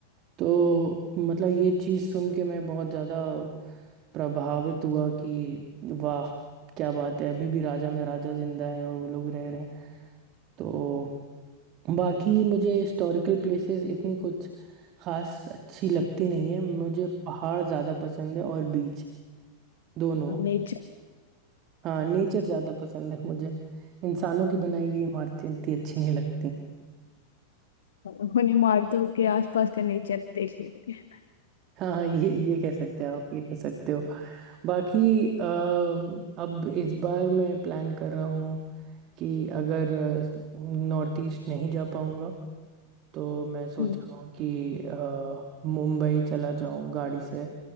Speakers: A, on the right; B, on the left.
A: तो मतलब ये चीज़ सुन के मैं बहुत ज़्यादा प्रभावित हुआ कि वाह क्या बात है अभी भी राजा में राजा जिंदा हैं और वो लोग रह रहे हैं तो बाकी मुझे हिस्टोरिकल
B: जी।
A: प्लेसेस इतनी कुछ खास अच्छी लगती नहीं है मुझे पहाड़ ज़्यादा पसंद है और बीच दोनों
B: नेचर
A: हाँ नेचर ज़्यादा पसंद है मुझे इंसानों की बनाई हुई इमारतें इतनी अच्छी नहीं लगती
B: उन्हें मारतो के आसपास का नेचर देख लेते हैं
A: हाँ हाँ, ये ये कह सकते हैं आप ये कह सकते हो बाकी अ, अब इस बार मैं प्लान कर रहा हूँ कि अगर नॉर्थ ईस्ट नहीं जा पाऊँगा तो मैं सोच
B: हम्म।
A: रहा हूँ कि अ, मुंबई चला जाऊँ गाड़ी से